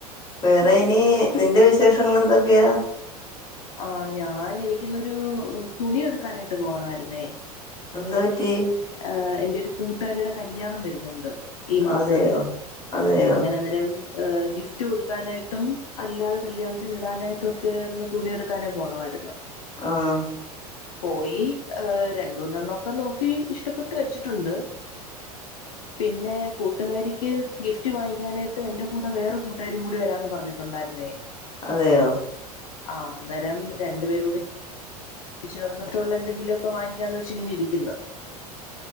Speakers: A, on the left; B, on the left.
A: വേറെ ഇനി നിന്റെ വിശേഷങ്ങളെന്തൊക്കെയാ?
B: ആഹ് ഞാൻ എനിക്കിന്നൊരു തുണി എടുക്കാനായിട്ട് പോകണമായിരുന്നേ-
A: എന്തു പറ്റി?
B: ഏഹ് എന്റെ ഒരു കൂട്ടാരീടെ കല്യാണം വരുന്നുണ്ട്. ഈ മാസവേ
A: അതെയോ അതെയോ
B: അങ്ങന അന്നേരം- എഹ് ഗിഫ്റ്റ് കൊടുക്കാനായിട്ടും അല്ലാതെ കല്യാണത്തിന് ഇടാനായിട്ടൊക്കെ ഒന്ന് തുണിയെടു ക്കാന് പോണമായിരുന്നു.
A: ആഹ്-
B: പോയി രണ്ടൂന്നെണ്ണോക്കെ നോക്കി ഇഷ്ടപ്പെട്ട് വെച്ചിട്ടുണ്ട്. <inaudible> പിന്നെ കൂട്ടുകാരിക്ക് ഗിഫ്റ്റ് വാങ്ങിക്കാനായിട്ട് എന്റെ കൂടെ വേറെ കൂട്ടുകാരിയും കൂടി വരാന്ന് പറഞ്ഞു. ഉണ്ടായിരുന്നേ-
A: അതേയോ?
B: ആഹ് അന്നരം രണ്ടുപേരൂടി- ചേർന്നിട്ടുള്ള എന്തെങ്കിലൊക്കെ വാങ്ങിക്കാന്ന് വച്ച് ഇങ്ങനെ ഇരിക്കുന്നു.